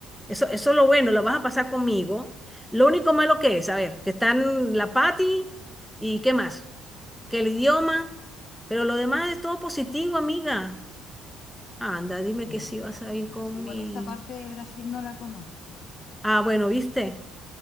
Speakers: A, in the centre; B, on the left (about 50°).
A: Eso, eso es lo bueno, la vas a pasar conmigo. Lo único malo que es, a ver, que están la Pati y qué más, que el idioma, pero lo demás es todo positivo, amiga. Anda, dime
B: Mm.
A: que sí vas a ir
B: Ya,
A: conmigo.
B: si igual esa parte de Brasil no la conozco,
A: Ah, bueno, viste,